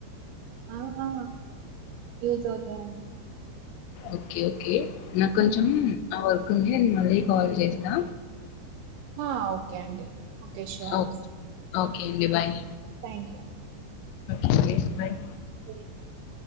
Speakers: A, on the right; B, on the left.
A: అ ఆ యూజ్ అవుతాయి అండి
B: ఓకె ఓకే నాకు
A: హ్మ్
B: కొంచెం ఆ వర్క్ ఉంది మ ళ్ళీ కాల్ జేస్తా
A: హా ఓకే అండి ఓకే ష్యూర్
B: ఓకే. ఓకే అండి. Bye.
A: Thank you
B: okay bye
A: తెలీదు